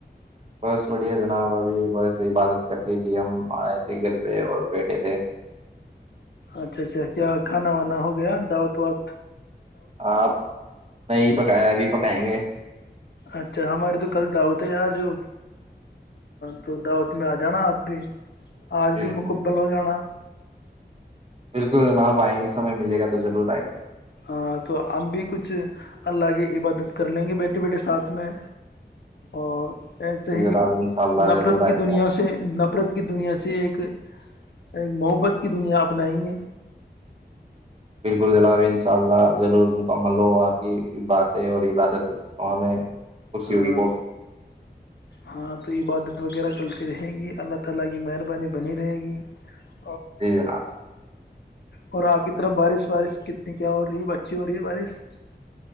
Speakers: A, on the right; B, on the left.
A: بس بڑیا جناب ابھی بس عبادت کر کےے کہ ہم آئے تھے گھر پہ اور بیٹھے تھے
B: اچھا اچھا کیا کھانا وانا ہو گیا دعوت وت
A: آاں نہیں پکایا ابھی پک پائیں گے
B: اچھا ہمارے تو کل داوت ہے یار جو تو دعوت میں آ جانا آپ بھی آج
A: ل
B: بھی
A: ن
B: مکمل ہو جانا
A: پلک نپ آئ گے سمے ملے گ توضرور آئیں گے
B: ہاں تو ہم بھی کچھ اللہ کی عبادت کر لیں گے بیٹے بیٹے ساتھ میں اور ایسے
A: بالکل
B: ہی
A: جناب ان شاء اللہ
B: نفرت
A: ضرور
B: کی
A: آئیں گے
B: دنیا
A: ہم
B: سے نفرت کی دنیا سے ایک ایک محبت کی دنیا اپنائیں گے
A: بالکل جناب ان شاء اللہ ضرور مکمل ہو آپ کی باتیں اور عبادت ہمیں خوشی
B: ہاں
A: ہوگی بہت
B: ہاں تو یہ بات <unintelligible>
A: جی جناب <unintelligible>
B: اور آپ کی طرف بارش وارش کتنی کیا ہو رہی ہے اچھی ہو رہی ہے بارش <unintelligible>